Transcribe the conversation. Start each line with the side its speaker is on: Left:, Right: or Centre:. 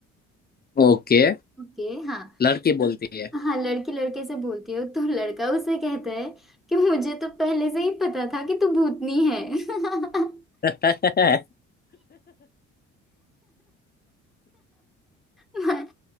Left: ओके
Centre: ओके हाँ
Left: लड़की बोलती है
Centre: हाँ लड़की लड़के से बोलती हो तो लड़का उसे कहता है कि मुझे तो पहले से ही पता था कि तू भूतनी है <laughs>
Left: <laughs>
Centre: म-